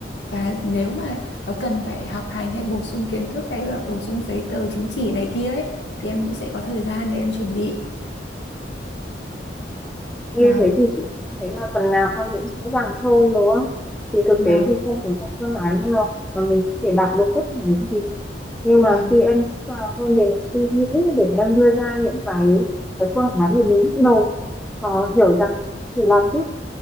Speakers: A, on the left; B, in the centre.
A: Và nếu mà có cần phải học hành hay bổ sung kiến thức hay là bổ sung giấy tờ chứng chỉ này kia ấy thì em cũng sẽ có thời gian để em chuẩn bị
B: Như
A: vâng
B: thế thì chị thấy là phần nào con cũng rõ ràng hơn đúng không? Thì thực
A: vâng
B: tế thì không có một phương án nào mà mình có thể đạt được tất cả những gì không? Nhưng
A: vâng
B: mà khi em sẵn sàng hơn để suy nghĩ để em đưa ra những cái, cái phương án để mình bắt đầu ờ, hiểu rằng thì làm tiếp